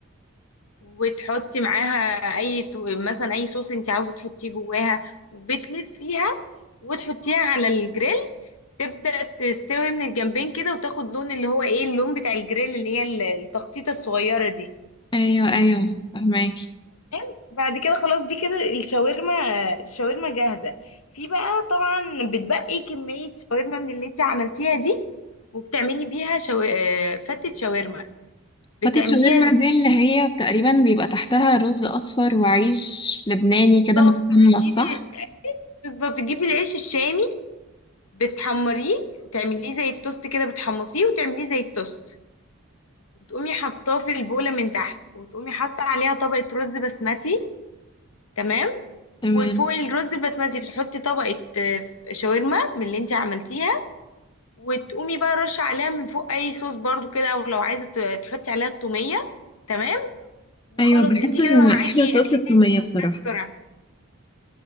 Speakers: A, on the left (about 85°); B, on the left (about 20°).
A: وتحطي معاها اي تو- مثلا اي صوص انت عاوزه تحطيه جواها وبتلفيها وتحطيها على الجريل تبدأ تستوي من الجنبين كده وتاخد لون اللي هو ايه اللون بتاع الجريل اللي هي ال- التخطيطة الصغيرة دي
B: ايوه ايوه فهماكي
A: تمام؟ بعد كده خلاص دي كده الشاورما الشاورما جاهزة في بقى طبعا بتبقي كمية شاورما من اللي انت عملتيها دي وبتعملي بيها شو... آه، فتة شاورما بتعمليها
B: فتة شاورما
A: ازاي
B: دي اللي هي تقريبا بيبقى تحتها رز أصفر وعيش لبناني كده
A: بالظبط
B: متقمص
A: بتجيبي
B: صح؟
A: بالظبط تجيبي العيش الشامي بتحمريه تعمليه زي التوست كده بتحمصيه وتعمليه زي التوست وتقومي حطاه في البولة من تحت وتقومي حاطة عليها طبقة رز بسمتي تمام
B: تمام
A: وفوق الرز البسمتي بتحطي طبقة آه، شاورما من اللي انت عملتيها وتقومي بقى رش عليها من فوق اي صوص برضو كده او لو عايزة ت- تحطي عليها التومية تمام وخلاص
B: أيوة بحس
A: انت
B: إن
A: كده بقى معاكي
B: أحلى صوص
A: اكلتين
B: التومية
A: مكرونات
B: بصراحة
A: السرعة